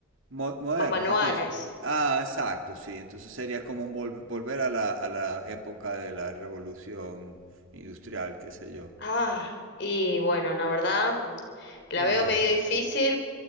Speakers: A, on the right; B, on the left.
A: mo- modernas,
B: más manuales.
A: dice. Ah, exacto, sí. Entonces sería como un vol- volver a la, a la época de la revolución industrial, qué sé yo.
B: Ah, y bueno, la verdad. La
A: Claro.
B: veo medio difícil